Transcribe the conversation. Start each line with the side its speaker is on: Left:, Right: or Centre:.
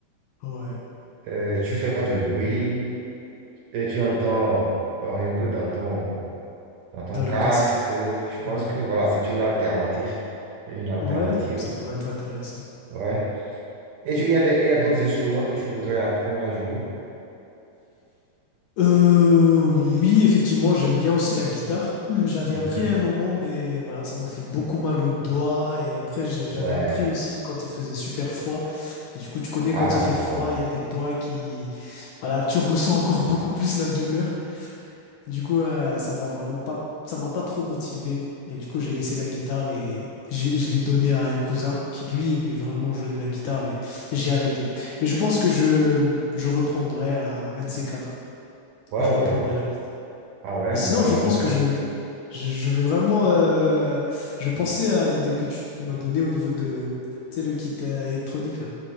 Left: Ouais,
Right: Euh, tu fais pas du bruit et tu entends rien que dans ton, dans ton
Left: dans
Right: casque.
Left: le casque.
Right: Je pense
Left: Ouais,
Right: que voilà, c'est une alternative. Une alternative.
Left: ouais, ça pourrait être intéressant.
Right: Ouais. Et tu- il y a des- il y a d'autres instruments que tu voudrais apprendre à jouer?
Left: Euh, oui, effectivement, j'aime bien aussi la guitare. Hmm, J'avais
Right: Mhm.
Left: appris à un moment, mais voilà, ça m'a fait beaucoup mal aux doigts. Et après, j'ai- j'avais
Right: Ouais.
Left: appris aussi quand il faisait super froid. Et du coup, tu connais, quand
Right: Ah
Left: il
Right: non.
Left: fait froid, il y a les doigts qui, voilà, tu ressens encore beaucoup plus la douleur. Du coup, euh, ça m'a vraiment pas, ça m'a pas trop motivé. Et du coup, j'ai laissé la guitare et j'ai- je l'ai donnée à un cousin qui, lui, aimait vraiment jouer de la guitare et j'ai arrêté. Mais je pense que je, je reprendrai un, un de ces quatre
Right: Ouais,
Left: que je
Right: ouais.
Left: reprendrai la guitare.
Right: Ah ouais,
Left: Et sinon,
Right: mais la
Left: je
Right: guitare.
Left: pense que je, je, je vais vraiment... euh, je pensais à l'idée que tu, tu m'as donnée au niveau de, tu sais, le kit euh, électronique là,